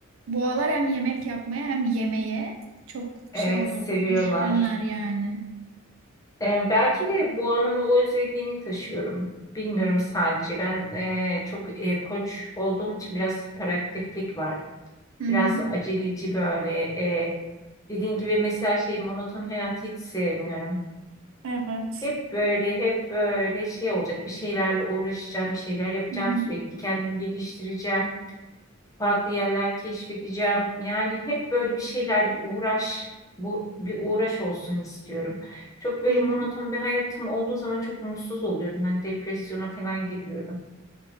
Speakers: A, on the right; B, on the left.
A: Bu aralar hem yemek yapmaya hem yemeğe çok
B: Evet
A: şey olur.
B: seviyorlar.
A: Düşkünler yani.
B: Ee, belki de Boğa'nın o özelliğini taşıyorum. Bilmiyorum sadece. Ben e, çok e, koç olduğum için biraz hiperaktiflik var.
A: Hı hı.
B: Biraz aceleci böyle. E, dediğin gibi mesela şey monoton hayatı hiç sevmiyorum.
A: Evet.
B: Hep böyle hep böyle şey olacak. Bir şeylerle uğraşacağım, bir şeyler yapacağım
A: Hı hı.
B: sürekli. Kendimi geliştireceğim farklı yerler keşfedeceğim. Yani hep böyle bir şeyler, bir uğraş, bu bir uğraş olsun istiyorum. Çok böyle
A: Hı hı.
B: monoton bir hayatım olduğu zaman çok mutsuz oluyorum. Ben depresyona falan giriyorum.